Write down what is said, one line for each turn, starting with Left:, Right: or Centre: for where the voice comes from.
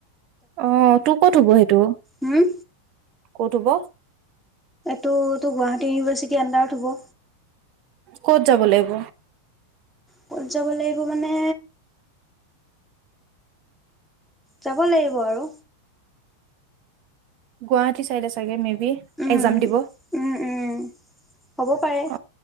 Right: আহ তোৰ ক'ত হ'ব সেইটো।
Centre: উম।
Right: ক'ত হ'ব
Centre: টো টো গুৱাহাটী ইউনিভাৰ্চিটি আণ্ডাৰত হ'ব
Right: ক'ত যাব লাগিব।
Centre: ক'ত যাব লাগিব মানে। যাব লাগিব আৰু।
Right: গুৱাহাটী চাইডে চাগে মে বি
Centre: উম,
Right: এক্সাম দিব
Centre: উম-উম হ'ব পাৰে।
Right: অ